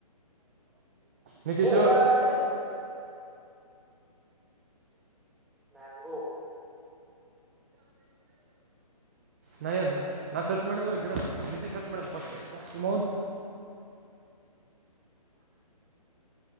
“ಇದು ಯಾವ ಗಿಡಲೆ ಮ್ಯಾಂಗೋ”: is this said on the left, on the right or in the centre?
Centre